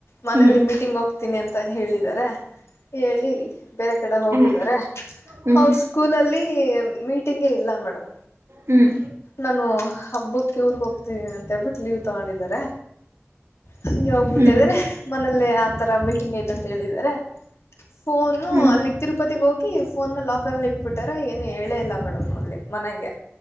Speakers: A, on the left; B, on the right.
A: ಮನೇಲಿ
B: ಹ್ಮ್
A: ಮೀಟಿಂಗ್ ಹೋಗ್ತೀನಿ ಅಂತ್ ತ ಹೇಳಿದಾರೆ ಹೇಳಿ ಬೇರೆ ಕಡೆ ಹೋಗಿದಾರೆ
B: ಹ್ಮ್ ಹ್ಮ್
A: ಅವ್ರ್ ಸ್ಕೂಲಲ್ಲಿ. ಮೀಟಿಂಗೇ ಇಲ್ಲ ಮೇಡಮ್.
B: ಹ್ಮ್
A: ನಾನು ಹಬ್ಬಕ್ಕೆ ಊರ್ಗೋಗ್ತಿದೀನಿ ಅಂತ್ ಹೇಳ್ಬಿಟ್ ಲೀವ್ ತಗೊಂಡಿದಾರೆ. ಹಂಗೆ ಹೋಗ್ಬಿಟ್ಟಿದ್ರ
B: ಹ್ಮ್
A: ಮನಲ್ಲೇ ಆತರ ಮೀಟಿಂಗ್ ಐ್ತಂತ್ ಹೇಳಿದಾರೆ. ಫೋನು
B: ಹ್ಮ್
A: ಅಲ್ಲಿ ತಿರುಪತಿಗೋಗಿ. ಫೋನ್ನ ಲೋಕರಲ್ಲಿಟ್ಬಿಟ್ಟರೆ ಏನು ಹೇಳೇ ಇಲ್ಲ ಮೇಡಮ್ ಅಲ್ಲಿ ಮನೆಗೆ.